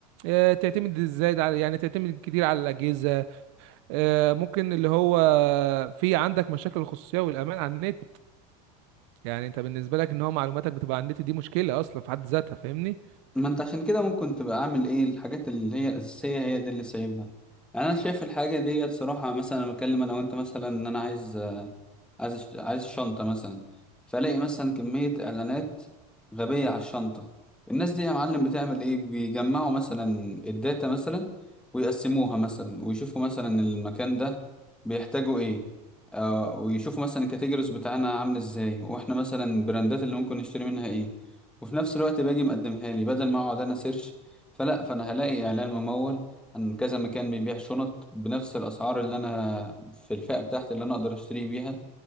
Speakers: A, on the right; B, in the centre.
A: آه، تعتمد ازاي على يعني تعتمد كتير على الاجهزه آه، ممكن اللي هو في عندك مشاكل الخصوصية والأمان على النت يعني أنت بالنسبة لك إن هو معلوماتك بتبقى على النت دي مشكلة أصلا في حد ذاتها فاهمني
B: ما انت عشان كده ممكن تبقى اعمل ايه الحاجات اللي هي الاساسيه هي دي اللي سايبها يعني انا شايف الحاجه دي صراحه مثلا انا بتكلم انا وانت مثلا ان انا عايز آه، عايز أشت- عايز شنطه مثلا فلاقي مثلا كميه اعلانات غبيه على الشنطه الناس دي يا معلم بتعمل ايه بيجمعوا مثلا الداتا مثلا ويقسموها مثلا ويشوفوا مثلا المكان ده بيحتاجوا ايه آه ويشوفوا مثلا الكاتيجوريز بتاعنا عامل ازاي واحنا مثلا البراندات اللي ممكن نشتري منها ايه وفي نفس الوقت باجي مقدمها لي بدل ما اقعد انا سيرش فلا فانا هلاقي اعلان ممول عن كذا مكان بيبيع شنط بنفس الاسعار اللي انا في الفئة بتاعتي اللي انا اقدر اشتري بيها